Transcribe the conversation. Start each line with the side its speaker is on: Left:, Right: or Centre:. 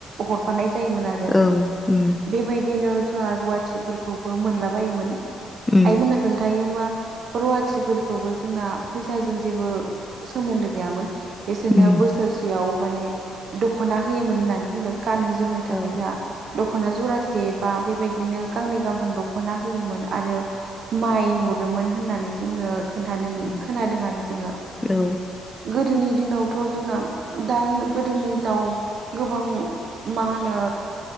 Right: हरफानाय जायोमोन आरो
Left: ओं उम
Right: बेबायदिनो जोंहा रुवाथिफोरखौबो मोनलाबायोमोन
Left: ओं उम
Right: आइमोना खोन्थायो मा रुवाथिफोरखौबो जोंना फैसाजों जेबो सोमोन्दो गैयामोन बिसोरनो
Left: उम
Right: बोसोरसेयाव माने दखना होयोमोन होननानै बुंदों गाननो जोमनो
Left: औ
Right: थाखाय जा दखना जरासे बा बेबायदिनो गांनै गां थाम दख'ना होयोमोन आरो माइ हरोमोन होननानै जोंनो खोन्थानो
Left: उम,
Right: खोनादों आरो जोङो
Left: औ
Right: गोदोनि दिनावथ जोंना दान गोदोनि दिनाव गोबां मा होनो